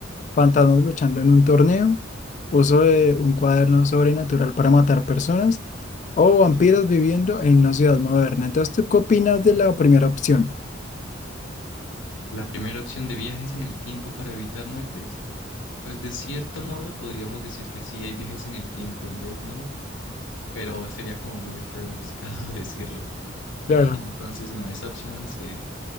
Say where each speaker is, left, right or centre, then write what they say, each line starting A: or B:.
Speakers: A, on the left; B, on the left.
A: Fantasmas luchando en un torneo. Uso de un cuaderno sobrenatural para matar personas. O vampiros
B: <laughs>
A: viviendo en una ciudad moderna. Entonces, ¿tú qué opinas de la primera opción?
B: Uf, La primera opción de viajes en el tiempo para evitar muertes, pues de cierto modo podríamos decir que sí hay viajes en el tiempo en Death Note, pero sería como muy rebuscado <laughs> decirlo. Y
A: Claro.
B: entonces no, esa opción se,